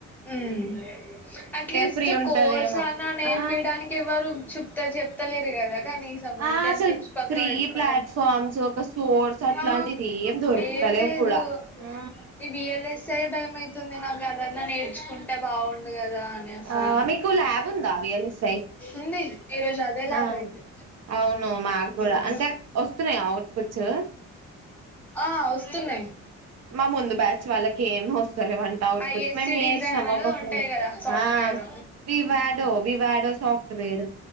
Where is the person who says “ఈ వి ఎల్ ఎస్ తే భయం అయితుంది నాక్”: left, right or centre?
Centre